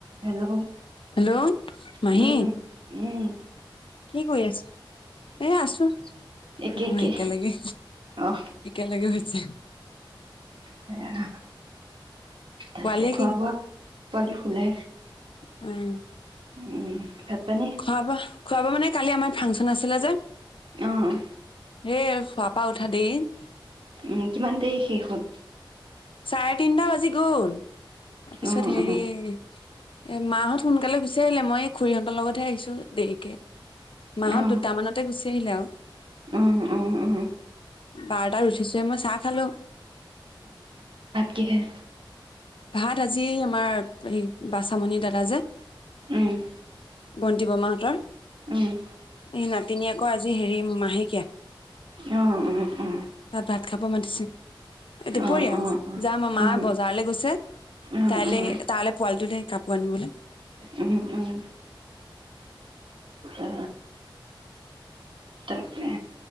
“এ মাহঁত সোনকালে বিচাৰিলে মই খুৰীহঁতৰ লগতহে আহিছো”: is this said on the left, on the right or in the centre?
Left